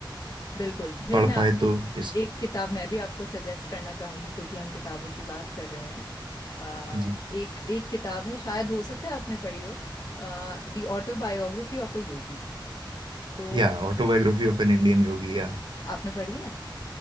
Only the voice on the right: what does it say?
पढ़
पाए तो इस
जी
या autobiography of an Indian yogi या